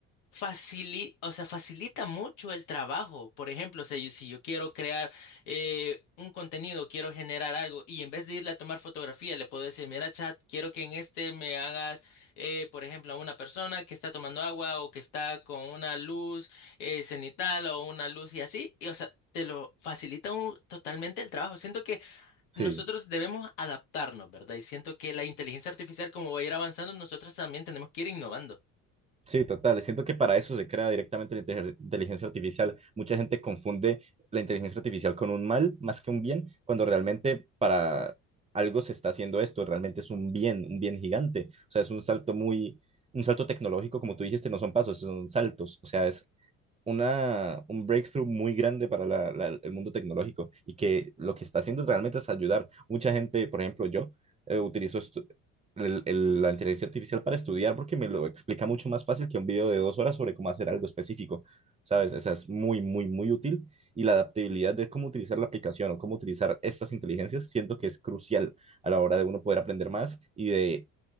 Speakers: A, on the left; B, on the right.
A: facili- o sea, facilita mucho el trabajo. Por ejemplo, si yo, si yo quiero crear eh, un contenido, quiero generar algo y en vez de irle a tomar fotografía, le puedo decir, mira, chat, quiero que en este me hagas, eh, por ejemplo, a una persona que está tomando agua o que está con una luz eh, cenital o una luz y así. Y, o sea, te lo facilita un- totalmente el trabajo. Siento que
B: sí,
A: nosotros debemos adaptarnos, ¿verdad? Y siento que la inteligencia artificial, como va a ir avanzando, nosotros también tenemos que ir innovando.
B: Sí, total. Siento que para eso se crea directamente la inte- inteligencia artificial. Mucha gente confunde la inteligencia artificial con un mal más que un bien, cuando realmente para algo se está haciendo esto, realmente es un bien, un bien gigante. O sea, es un salto muy, un salto tecnológico, como tú dijiste, no son pasos, son saltos. O sea, es una, un breakthrough muy grande para la- la- el mundo tecnológico y que lo que está haciendo realmente es ayudar. Mucha gente, por ejemplo, yo eh, utilizo estu- el- el- la inteligencia artificial para estudiar porque me lo explica mucho más fácil que un video de dos horas sobre cómo hacer algo específico, ¿sabes? O sea, es muy, muy, muy útil y la adaptabilidad de cómo utilizar la aplicación o cómo utilizar estas inteligencias siento que es crucial a la hora de uno poder aprender más y de